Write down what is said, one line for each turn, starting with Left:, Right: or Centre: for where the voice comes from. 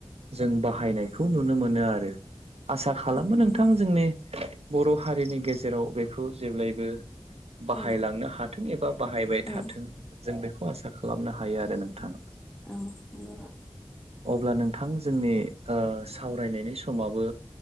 Right: जों बाहायनायखौ नुनो मोनो आरो आसा खालामो
Centre: नंगौ
Right: नोंथां जोंनि बर' हारिनि गेजेराव बेखौ जेब्लायबो बाहायलांनो
Centre: औ
Right: हाथों एबा बाहायबाय थाथों
Centre: औ
Right: जों बेखौ आसा खालामनो हायो आरो नोंथाङा।
Centre: औ नंगौ
Right: अब्ला नोंथां जोंनि ओक्षसावरायनायनि समाबो